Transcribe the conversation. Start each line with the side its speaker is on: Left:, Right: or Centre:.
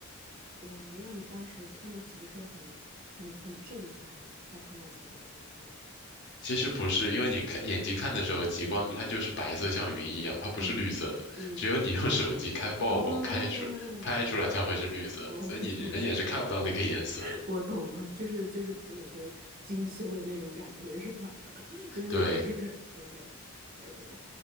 Right: 哇，那你当时看到岂不是很很很震撼？在看到极光的时候，
Left: 其实不是，因为你看眼睛看的时候，极光它就是白色，像云一样，它不是绿色的。
Right: 嗯嗯，
Left: 只有你用手机开曝光开出拍出来，
Right: 哦，哇，
Left: 才会是绿色的，
Right: 哦，
Left: 所以你人眼是看不到那个颜色。
Right: 我懂了，<laughs> 我懂了，就是就是朋友圈精修的那种感觉是吧？<laughs> 就是一
Left: 对，
Right: <laughs> OK OK，